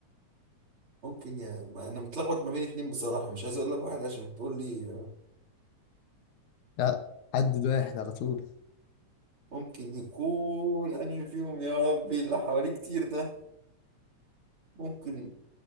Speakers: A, on the right; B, on the left.
A: ممكن يا ما انا متلخبط ما بين اتنين بصراحة مش عايز اقول لك واحد عشان تقول لي آه،
B: لا عدد واحد على طول
A: ممكن يكون انهي فيهم يا ربي اللي حواليه كتير ده ممكن